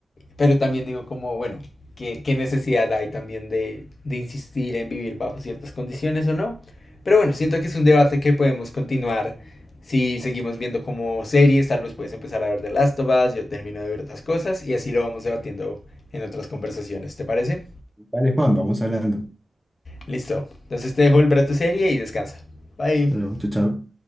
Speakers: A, on the left; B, in the centre.
A: Pero también digo como, bueno, ¿qué, qué necesidad hay también de, de insistir en vivir bajo ciertas condiciones o no? Pero bueno, siento que es un debate que podemos continuar si seguimos viendo como series, tal vez puedes empezar a ver The Last of Us, yo termino de ver otras cosas y así lo vamos debatiendo en otras conversaciones, ¿te parece?
B: Vale, Juan, vamos hablando.
A: Listo. Entonces te dejo el brato serie y descansa. Bye.
B: Hasta luego, chao, chao.